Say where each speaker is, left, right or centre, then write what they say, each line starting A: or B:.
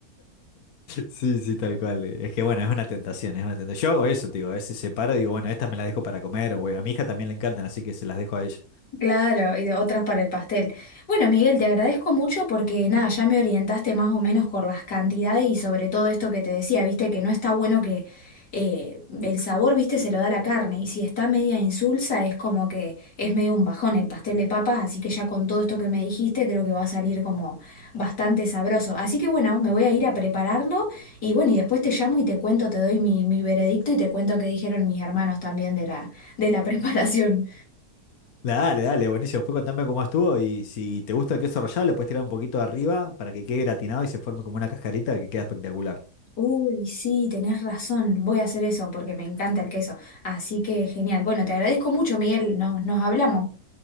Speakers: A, on the left; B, on the left.
A: Sí, sí, tal cual. eh. Es que bueno, es una tentación, es una tentación. Yo hago eso, te digo, a veces separo y digo, bueno, estas me las dejo para comer, o bueno, a mi hija también le encantan, así que se las dejo a ella.
B: Claro, y de otras para el pastel. Bueno, Miguel, te agradezco mucho porque nada, ya me orientaste más o menos con las cantidades y sobre todo esto que te decía, viste que no está bueno que eh, el sabor, viste, se lo da la carne y si está media insulsa es como que es medio un bajón el pastel de papas, así que ya con todo esto que me dijiste creo que va a salir como bastante sabroso. Así que bueno, me voy a ir a prepararlo y bueno, y después te llamo y te cuento, te doy mi, mi veredicto y te cuento qué dijeron mis hermanos también de la, de la <laughs> preparación.
A: Dale, dale, buenísimo. Después contame cómo estuvo y si te gusta el queso rallado, le puedes tirar un poquito de arriba para que quede gratinado y se forme como una cascarita que queda espectacular.
B: Uy, sí, tenés razón. Voy a hacer eso porque me encanta el queso. Así que genial. Bueno, te agradezco mucho, Miguel. Nos, nos hablamos.